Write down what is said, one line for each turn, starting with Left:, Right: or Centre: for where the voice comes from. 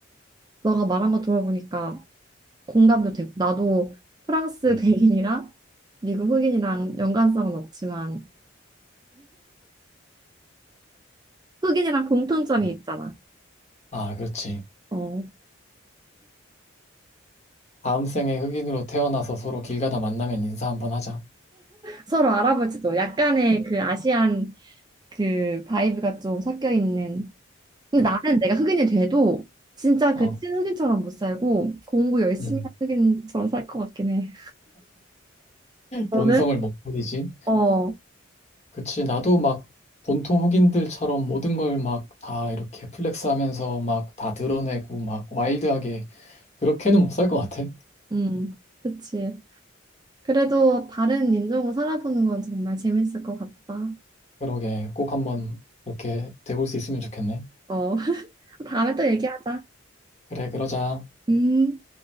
Right: 너가 말한 거 들어보니까 공감도 되고 나도 프랑스
Left: 음,
Right: <laughs> 백인이랑 미국 흑인이랑 연관성은 없지만 흑인이랑 공통점이
Left: 음.
Right: 있잖아.
Left: 아, 그렇지.
Right: 어,
Left: 다음 생에 흑인으로 태어나서 서로 길 가다 만나면 인사 한번 하자.
Right: 서로 알아보지도 약간의 그 아시안 그 바이브가 좀 섞여 있는. 근데 나는 내가 흑인이 돼도 진짜
Left: 어,
Right: 그 찐 흑인처럼 못 살고 공부 열심히
Left: 음.
Right: 한 흑인처럼 살 것 같긴 해. 너는?
Left: 본성을 못 버리지.
Right: 어,
Left: 그치. 나도 막 본토 흑인들처럼 모든 걸 막 다 이렇게 플렉스 하면서 막 다 드러내고 막 와일드하게 그렇게는 못 살 것 같아.
Right: 음, 그치. 그래도 다른 인종으로 살아보는 건 정말 재밌을 것 같다.
Left: 그러게. 꼭 한번 그렇게 돼볼 수 있으면 좋겠네.
Right: 어, <laughs> 다음에 또 얘기하자.
Left: 그래, 그러자.
Right: 음.